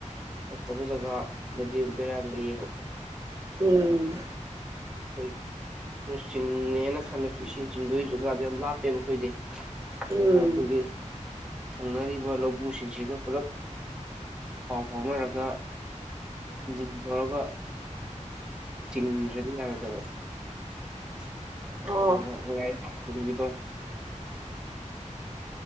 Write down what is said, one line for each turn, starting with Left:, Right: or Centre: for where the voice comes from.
Centre: ꯐꯠꯇꯕ ꯖꯒꯥꯗꯗꯤ ꯕꯦꯔꯥ ꯂꯩꯑꯦꯕ
Right: ꯎꯝ
Centre: ꯍꯣꯏ ꯆꯤꯡꯉꯦꯅ ꯈꯜꯂꯁꯨ ꯏꯁꯤꯡ ꯆꯤꯡꯗꯣꯏ ꯖꯒꯥꯗꯣ ꯌꯥꯝ ꯂꯥꯞꯄꯦꯕ ꯑꯩꯈꯣꯏꯗꯤ ꯑꯗꯨꯅ
Right: ꯎꯝ
Centre: ꯑꯩꯈꯣꯏꯒꯤ ꯊꯪꯅꯔꯤꯕ ꯂꯧꯕꯨ ꯁꯤꯡꯁꯤꯒ ꯄꯨꯂꯞ ꯄꯥꯎ ꯐꯥꯎꯅꯔꯒ ꯏꯟꯖꯤꯟ ꯇꯧꯔꯒ ꯆꯤꯡ ꯂꯩꯃꯤꯟꯅꯕꯗꯣ <unintelligible>
Right: ꯑꯣ
Centre: <unintelligible>